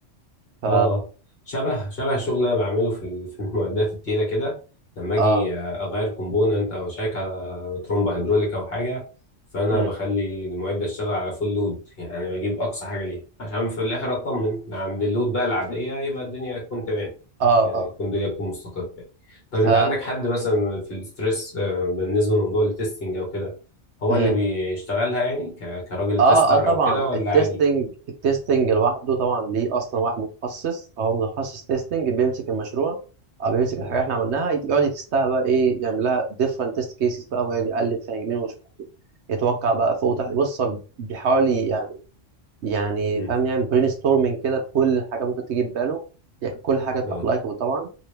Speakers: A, on the right; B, on the left.
A: ف
B: اه شبه شبه الشغل اللي انا بعمله في ال- في المعدات التقيله كده لما
A: اه
B: اجي اغير كومبوننت او اشيك على ترومبه هيدروليك او حاجه فانا
A: امم
B: بخلي المعده تشتغل على فول لود يعني بجيب اقصى حاجه ليها عشان في الاخر اطمن عند اللود بقى العاديه يبقى الدنيا تكون تمام
A: اه
B: يعني
A: اه
B: تكون الدنيا تكون مستقره يعني. طب
A: ف
B: انت عندك حد مثلا في الستريس آه، بالنسبه لموضوع التستنج او كده هو
A: امم
B: اللي بيشتغلها يعني ك- كراجل
A: اه
B: تيستر
A: اه طبعا
B: او كده ولا
A: التستنج
B: عادي
A: التستنج لوحده طبعا ليه اصلا واحد متخصص هو متخصص تستنج بيمسك المشروع او بيمسك الحاجه
B: مم.
A: احنا عملناها يت- يقعد يتستها بقى ايه يعمل لها different test cases بقى ويقعد يقلب فيها يمين وشمال يتوقع بقى فوق وتحت بص هو بيحاول يعني يعني
B: مم.
A: فاهم يعني برين ستورمنج كده لكل حاجه ممكن تيجي في باله يعني كل حاجه
B: اه
A: ابلايكابل طبعا